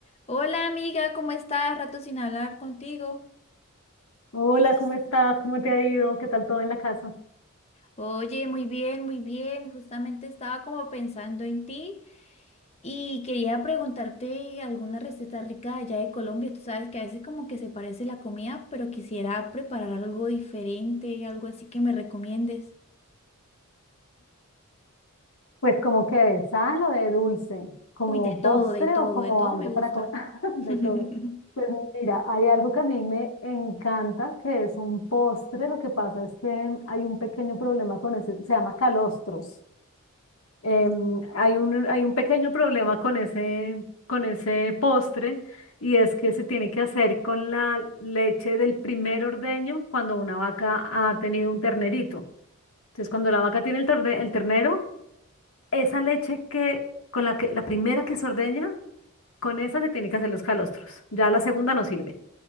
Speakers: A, on the left (about 30°); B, on the left (about 70°).
A: Hola amiga, ¿cómo estás? Rato sin hablar contigo.
B: Hola, ¿cómo estás? ¿Cómo te ha ido? ¿Qué tal todo en la casa?
A: Oye, muy bien, muy bien. Justamente estaba como pensando en ti y quería preguntarte alguna receta rica de allá de Colombia. Tú sabes que a veces como que se parece la comida, pero quisiera preparar algo diferente, algo así que me recomiendes.
B: Pues como que de sal o de dulce, como
A: Uy, de
B: postre
A: todo, de todo,
B: o como
A: de todo
B: algo
A: me gusta.
B: para comer, <laughs> de
A: <laughs>
B: todo. Pues mira, hay algo que a mí me encanta, que es un postre. Lo que pasa es que hay un pequeño problema con ese, se llama calostros. Em, hay un, hay un pequeño problema con ese, con ese postre y es que se tiene que hacer con la leche del primer ordeño cuando una vaca ha tenido un ternerito. Entonces, cuando la vaca tiene el, torde- el ternero, esa leche que, con la que, la primera que se ordeña, con esa se tiene que hacer los calostros. Ya la segunda no sirve,